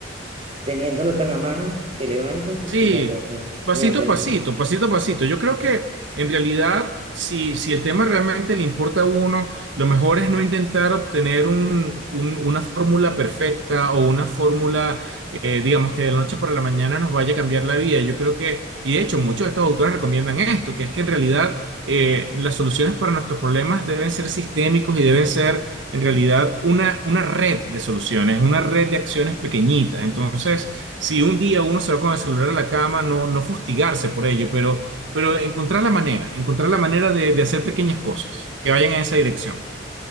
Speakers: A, on the right (about 30°); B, on the right (about 70°).
A: teniéndolo tan a mano, te levantas
B: Sí,
A: y lo coges.
B: pasito
A: Y antes
B: a pasito,
A: de dormir,
B: pasito a pasito. Yo creo que en realidad, si, si el tema realmente le importa a uno, lo mejor es no intentar obtener un- un- una fórmula perfecta o una fórmula, eh, digamos, que de la noche para la mañana nos vaya a cambiar la vida. Yo creo que, y de hecho muchos de estos autores recomiendan esto, que es que en realidad eh, las soluciones para nuestros problemas deben ser sistémicos y deben ser en realidad una, una red de soluciones, una red de acciones pequeñitas. Entonces si un día uno se va con el celular a la cama, no, no fustigarse por ello, pero, pero encontrar la manera, encontrar la manera de, de hacer pequeñas cosas que vayan en esa dirección.